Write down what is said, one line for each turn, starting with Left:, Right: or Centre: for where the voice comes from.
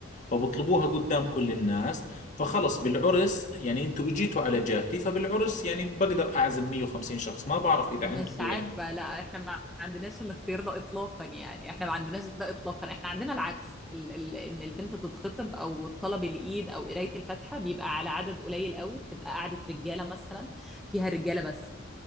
Left: فبطلبوها قدام كل الناس فخلص بالعرس يعني انتوا اجيتوا على جهتي فبالعرس يعني بقدر اعزم 150 شخص ما بعرف اذا
Centre: مش
Left: عندكم
Centre: عارفة
Left: يعني
Centre: لا احنا ما عندناش الاختيار ده اطلاقا يعني احنا ما عندناش ده اطلاقا احنا عندنا العكس ال ال ان البنت تتخطب او طلب الايد او قراية الفاتحة بيبقى على عدد قليل قوي بتبقى قعدة رجالة مثلا فيها رجالة بس